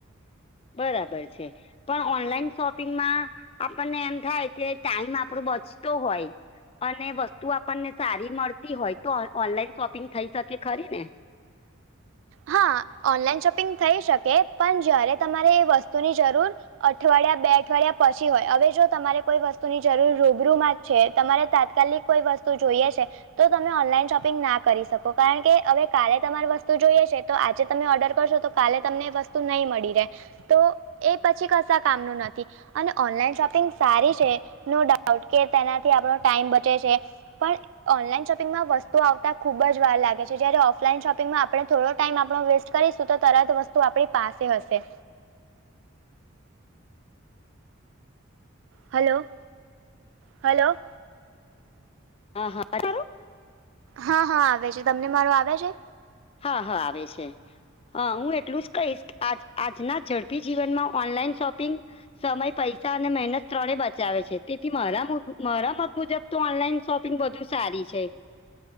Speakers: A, on the left; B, on the right.
A: બરાબર છે. પણ ઓનલાઈન શોપિંગમાં આપણને એમ થાય કે ટાઈમ આપણો બચતો હોય. અને વસ્તુ આપણને સારી મળતી હોય તો ઓન ઓનલાઈન શોપિંગ થઈ શકે ખરી ને.
B: હા ઓનલાઈન શોપિંગ થઈ શકે પણ જયારે તમારે એ વસ્તુની જરૂર અઠવાડિયા બે અઠવાડિયા પછી હોય, હવે જો તમારે કોઈ વસ્તુની જરૂર રૂબરૂમાં જ છે તમારે તાત્કાલિક કોઈ વસ્તુ જોઈએ છે. તો તમે ઓનલાઈન શોપિંગ ના કરી શકો, કારણકે હવે કાલે તમાર વસ્તુ જોઈએ છે. તો આજે તમે ઑર્ડર કરશો તો કાલે તમને એ વસ્તુ નહીં મળી રહે. તો એ પછી કશા કામનું નથી. અને ઓનલાઈન શોપિંગ સારી છે નો ડાઉટ કે તેનાથી આપણો ટાઈમ બચે છે. પણ ઓનલાઈન શોપિંગમાં વસ્તુઓ આવતા ખુબ જ વાર લાગે છે જયારે ઓફલાઈન શોપિંગમાં આપણે થોડો ટાઈમ આપણો વેસ્ટ કરીશું, તો તરત વસ્તુ આપણી પાસે હશે. હલો, હલો
A: હા હા <unintelligible>
B: હા હા આવે છે, તમને મારો આવે છે?
A: હા હા આવે છે. હ હું એટલું જ કહીશ આજ આજના ઝડપી જીવનમાં ઓનલાઈન શોપિંગ સમય, પૈસા અને મહેનત ત્રણે બચાવે છે તેથી મારા <unintelligible> મારા મત મુજબ તો ઓનલાઈન શોપિંગ વધુ સારી છે.